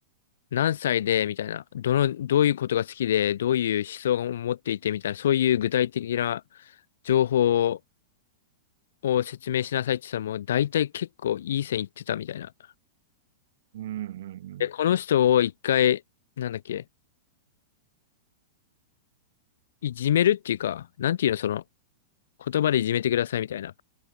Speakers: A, on the left; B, on the right.
A: 何歳で、みたいな、どの、どういうことが好きで、どういう思想を持っていて、みたいな、そういう具体的な情報を説明しなさいって言ったら、もう大体結構いい線いってたみたいな。
B: うんうんうん。
A: で、この人を一回、なんだっけ、いじめるっていうか、なんていうの、その、言葉でいじめてくださいみたいな。